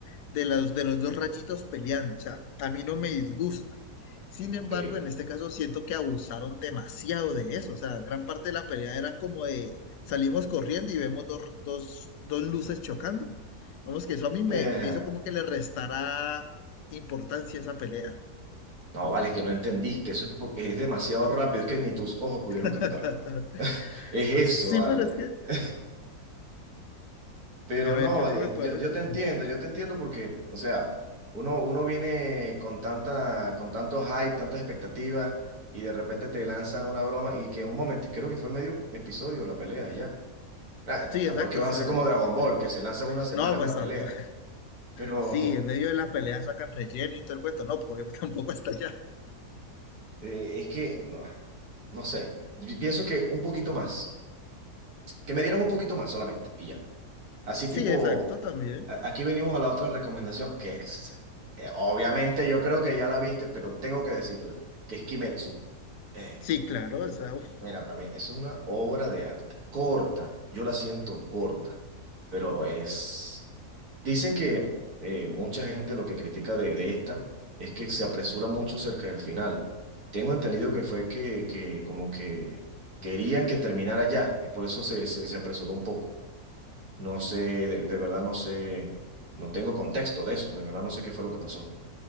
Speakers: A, on the left; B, on the right.
A: de los, de los dos rayitos peleando. O sea, a mí no me disgusta. Sin
B: Ok.
A: embargo, en este caso siento que abusaron demasiado de eso. O sea, gran parte de la pelea era como de salimos corriendo y vemos dos, dos, dos luces chocando. Vamos, que eso a mí me,
B: Ejá.
A: me hizo como que le restara importancia a esa pelea.
B: No, vale, es que no entendiste, eso es, po- es demasiado rápido, es que ni tus ojos pudieron
A: <laughs>
B: captarlo. <laughs> Es eso,
A: Sí,
B: vale.
A: pero es que,
B: <laughs> Pero
A: y a ver,
B: no,
A: ¿qué otro
B: eh,
A: me puedes
B: yo,
A: recomendar?
B: yo te entiendo, yo te entiendo porque, o sea, uno, uno viene con tanta, con tanto hype, tantas expectativas, y de repente te lanzan una broma y que en un momento, creo que fue medio episodio la pelea y ya. Ah, t-
A: Sí,
B: tampoco
A: exacto.
B: es que van
A: o sea,
B: a ser como Dragon Ball, que se lanzan una semana
A: no, pues
B: en una
A: tampoco.
B: pelea, pero
A: Sí, en medio de la pelea sacan relleno y todo el cuento. No, porque <laughs> tampoco hasta allá.
B: eh, es que, no, no sé, yo pienso que un poquito más. Que me dieran un poquito más solamente y ya. Así
A: Sí,
B: tipo,
A: exacto, también.
B: a- aquí venimos a la otra recomendación, que es, eh, obviamente yo creo que ya la viste, pero tengo que decirla, que es Kimetsu. Eh,
A: Sí, claro.
B: eh,
A: O sea, uf,
B: mira, para mí es una obra de arte, corta, yo la siento corta, pero es... Dicen que eh, mucha gente lo que critica de, de esta es que se apresura mucho cerca del final. Tengo entendido que fue que, que como que querían que terminara ya y por eso se, se, se apresuró un poco. No sé, de, de verdad no sé, no tengo contexto de eso, de verdad no sé qué fue lo que pasó.